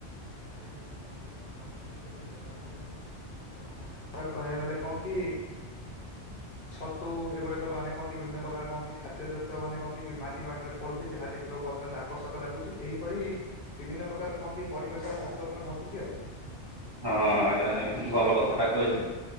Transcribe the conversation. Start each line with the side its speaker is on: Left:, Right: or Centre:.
Left: ଏ ଖାଦ୍ୟ କୁ କଣ କି ମାନେ ତାକୁ କାମରେ ବିନିଯୋଗ କରି ବ୍ୟବହାର ହାର କରିପାରୁଛୁ, ଏବଂ ଅନ୍ୟ ପ୍ରକାର କହିବାକୁ ଗଲେ କଣ କି?
Right: <inaudible>
Left: ଛତୁ ଏଗୁଡାକ ମାନେ କଣ କି ବିଭିନ୍ନ ପ୍ରକାର କଣ କି, ଖାଦ୍ୟ ଯୁକ୍ତ ମାନେ କଣ କି ମାଟି ମାଟିରେ ପଳଉଛି। ଯାହା ଦେଖିବାକୁ ଅ ଅତ୍ୟନ୍ତ ଆକର୍ଷକ ଲାଗୁଛି। ଏହିପରି ବିଭିନ୍ନ ପ୍ରକାର କଣ କି ପରିବେଶ ପରିବର୍ତ୍ତନ ଘଟୁଛି ଆଉ।
Right: ହଁ ଆଜ୍ଞା ଆଜ୍ଞା ଭଲ କଥାଟା କହିଲେ।